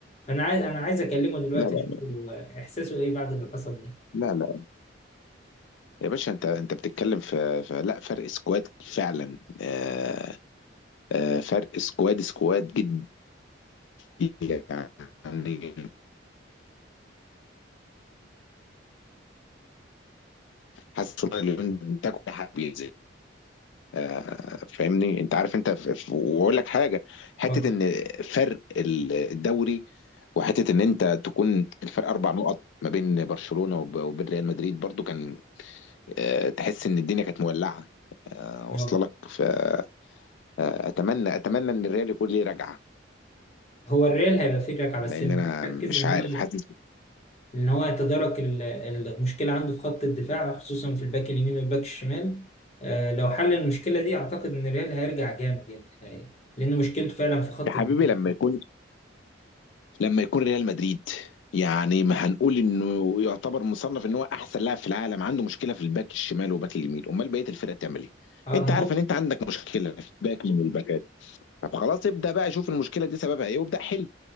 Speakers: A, on the left; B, on the left.
A: فانا عايز انا عايز اكلمه دلوقتي
B: لا لا
A: اشوف
B: لا
A: هو احساسه ايه بعد اللي حصل ده
B: لا لا يا باشا انت انت بتتكلم في, في لا فرق سكواد فعلا آه، آه، فرق سكواد سكواد جدا يعني حاسس ان اليومين ده كل حاجه بينزل آه، فاهمني انت عارف انت ف- ف- واقول لك حاجه حته
A: اه
B: ان فرق ال- الدوري وحته ان انت تكون الفرق اربع نقط ما بين برشلونه وب- وبين ريال مدريد برضو كان آه، تحس ان الدنيا كانت مولعه آه، واصله
A: اه
B: لك فاتمنى اتمنى أتمنى ان الريال يكون ليه رجعه
A: هو الريال هيبقى فيه ركعه بس
B: لان انا
A: ركز
B: مش
A: ان
B: عارف
A: هو
B: حاسس
A: ان هو يتدارك ال- المشكله عنده في خط الدفاع خصوصا في الباك اليمين والباك الشمال آه، لو حل المشكله دي اعتقد ان ريال هيرجع جامد يعني هي- لان مشكلته فعلا في خط
B: يا حبيبي
A: الدفاع
B: لما يكون لما يكون ريال مدريد يعني ما هنقول انه يعتبر مصنف ان هو احسن لاعب في العالم عنده مشكله في الباك الشمال وباك اليمين امال بقيه الفرقه تعمل ايه
A: اه
B: انت
A: ما
B: عارف
A: هو
B: ان انت عندك مشكله في باك من الباكات طب خلاص ابدا بقى شوف المشكله دي سببها ايه وابدا حل